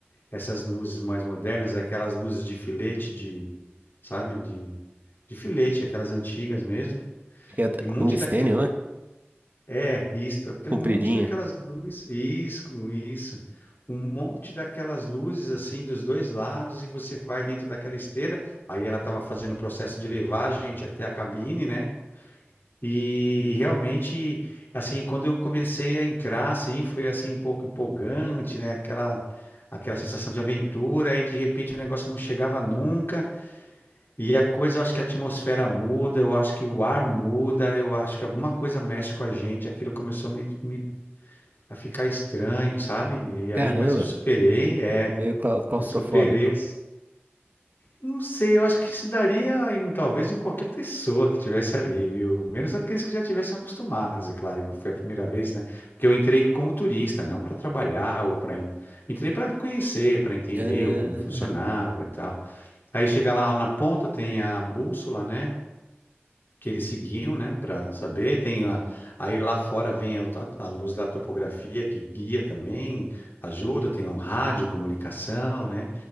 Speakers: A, on the left; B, on the right.
A: essas luzes mais modernas, é aquelas luzes de filete de, sabe? De, de filete, aquelas antigas mesmo.
B: que é
A: E um monte
B: tungstênio,
A: daquela,
B: né?
A: é, isso, aquele
B: Compridinha.
A: monte daquelas luzes, isso, isso. Um monte daquelas luzes assim dos dois lados e você vai dentro daquela esteira. Aí ela estava fazendo o processo de levar a gente até a cabine, né? E realmente, assim, quando eu comecei a entrar, assim, foi assim um pouco empolgante, né? Aquela, aquela sensação de aventura, e de repente o negócio não chegava nunca. E a coisa, eu acho que a atmosfera muda, eu acho que o ar muda, eu acho que alguma coisa mexe com a gente. Aquilo começou a, me, me- a ficar estranho, sabe? E
B: Caramba,
A: aí, mas eu superei, é,
B: meio clau- claustrofóbico.
A: eu superei. Não sei, eu acho que isso daria em talvez em qualquer pessoa que tivesse ali, viu? Menos aqueles que já tivessem acostumados, é claro, que foi a primeira vez, né? Porque eu entrei como turista, não para trabalhar ou para entrei para conhecer, para entender
B: Ah,
A: o- como funcionava e tal. Aí chega lá na ponta, tem a bússola, né? que eles seguiam, né, para saber. Tem a, aí lá fora vem a, a luz da topografia que guia também, ajuda. Tem um rádio, comunicação, né?